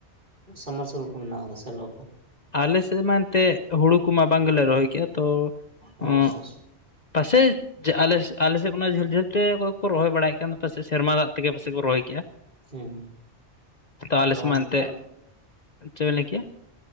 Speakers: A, on the right; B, on the left.
A: ᱥᱟᱢ ᱢᱟᱨᱥᱟᱞ ᱠᱚ ᱢᱮᱱᱟᱣ ᱫᱟ ᱥᱮᱞᱚ ᱠᱚ?
B: ᱟᱞᱮ ᱥᱮᱫ ᱢᱟ ᱮᱱᱛᱮᱫ ᱦᱩᱲᱩ ᱠᱚᱢᱟ ᱵᱟᱝ ᱜᱮᱞᱮ ᱨᱚᱦᱚᱭ ᱠᱮᱜᱼᱟ ᱛᱚ
A: ᱚ
B: ᱮᱸ
A: ᱟᱪᱪᱷᱟ ᱟᱪᱪᱷᱟ
B: ᱯᱟᱥᱮᱡ ᱟᱞ ᱟᱞᱮ ᱥᱮᱫ ᱠᱷᱚᱱᱟ ᱡᱷᱟᱹᱞ ᱡᱷᱟᱹᱞ ᱛᱮ ᱚᱠᱚᱭ ᱠᱚ ᱨᱚᱦᱚᱭ ᱵᱟᱲᱟᱭᱮᱫ ᱠᱟᱱ ᱫᱚ ᱯᱟᱥᱮᱜ ᱥᱮᱨᱢᱟ ᱫᱟᱜ ᱛᱮᱜᱮ ᱯᱟᱥᱮᱡ ᱠᱚ ᱨᱚᱭ ᱠᱮᱜᱼᱟ?
A: ᱦᱩᱸ
B: ᱛᱚ ᱟᱞᱮ ᱥᱮᱫ
A: ᱦᱩᱸ
B: ᱮᱱᱛᱮ, ᱪᱮᱫ ᱵᱮᱱ ᱞᱮᱭ ᱠᱮᱜ-ᱟ?